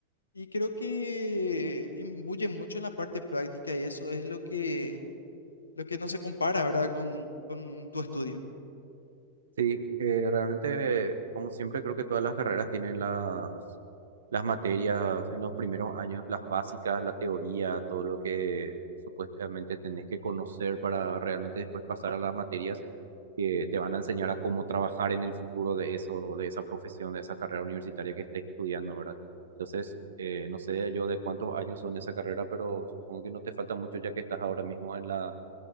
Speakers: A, on the left; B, on the right.
A: Y creo que imbuye mucho en la parte práctica y eso es lo que, lo que no se compara, ¿verdad?, con, con tu estudio.
B: Sí, eh, realmente, como siempre, creo que todas las carreras tienen las, las materias en los primeros años, las básicas, la teoría, todo lo que supuestamente tenés que conocer para realmente después pasar a las materias que te van a enseñar a cómo trabajar en el futuro de eso, de esa profesión, de esa carrera universitaria que estés estudiando, ¿verdad? Entonces, eh, no sé yo de cuántos años son esa carrera, pero supongo que no te falta mucho ya que estás ahora mismo en la